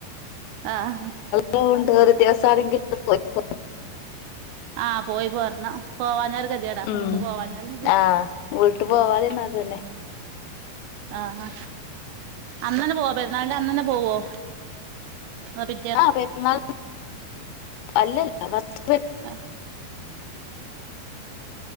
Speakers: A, on the right; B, on the left.
A: ആഹ്
B: ഡോണ്ട് വറി വിദ്യസാരംഗിൽ പോയപ്പൊ
A: ആഹ് പോയി പോരണം പോവാഞ്ഞാല് ഗതികേടാ
B: ഉം
A: വീട്ട് പോവാഞ്ഞാല്
B: ആഹ് വീട്ടു പോവാതിരുന്ന അത് ന്ന ത് ന്നെ
A: ആഹാ അന്ന് തന്നെ പോവാ പെരുന്നാളിന്റെ അന്നെന്ന പോവോ അപി
B: ആഹ് പെരുന്നാൾ അല്ലല്ല ഫസ്റ്റ്
A: അ